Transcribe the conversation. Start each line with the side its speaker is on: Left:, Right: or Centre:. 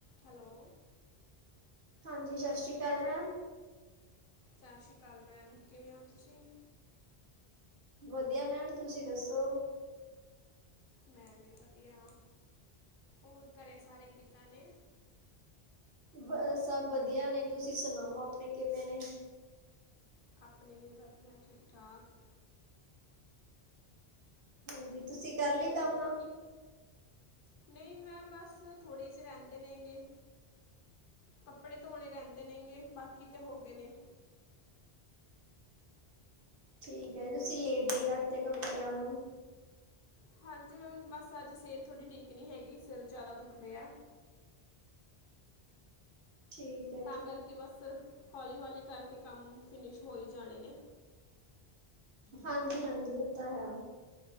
Left: Hello
Right: ਹਾਂਜੀ ਸਸਿਸ਼੍ਰੀ ਕਾਲ ਮੈਮ।
Left: ਸਸਿ ਸ਼੍ਰੀਕਾਲ ਮੈਮ, ਕਿਵੇਂ ਔ ਤੁਸੀਂ।
Right: ਵਧੀਆ ਮੈਮ ਤੁਸੀਂ ਦੱਸੋ।
Left: ਮੈਂ ਵੀ ਵਧੀਆ, ਹੋਰ ਘਰੇ ਸਾਰੇ ਕਿੱਦਾਂ ਨੇ?
Right: ਬ ਸਭ ਵਧੀਆ ਨੇ ਤੁਸੀਂ ਸੁਣਾਓ ਆਪਣੇ ਕਿਵੇਂ ਨੇ
Left: ਆਪਣੇ ਵੀ ਵਧੀਆ ਠੀਕ -ਠਾਕ।
Right: ਹਾਂਜੀ, ਤੁਸੀਂ ਕਰ ਲੀ
Left: ਹੋਰ
Right: ਕੰਮ
Left: ਕੀ ਨਹੀਂ ਮੈਂਮ ਬਸ, ਥੋੜੇ ਜਿਹੇ ਰਹਿੰਦੇ ਨੇ ਗੇ। ਕੱਪੜੇ ਧੋਣੇ ਰਹਿੰਦੇ ਨੇਗੇ, ਬਾਕੀ ਤੇ ਹੋ ਗਏ ਨੇ।
Right: ਠੀਕ ਐ, ਤੁਸੀਂ ਲੇਡੀ ਕਰਤੇ ਕੱਪੜਿਆਂ ਨੂੰ
Left: ਹਾਂਜੀ ਮੈਮ, ਬਸ ਅੱਜ ਸਿਹਤ ਥੋੜੀ ਠੀਕ ਨਹੀਂ ਹੈਗੀ, ਸਿਰ ਜ਼ਿਆਦਾ ਦੁੱਖ ਰਿਹਾ।
Right: ਠੀਕ ਹੈ
Left: ਤਾਂ
Right: ਜੀ
Left: ਕਰਕੇ ਬਸ, ਹੌਲੀ- ਹੌਲੀ ਕਰਕੇ ਕੰਮ ਫਿਨਿਸ਼ ਹੋਈ ਜਾਣੇ ਨੇ।
Right: ਹਾਂਜੀ, ਹਾਂਜੀ ਇਹ ਤਾਂ ਹੈ।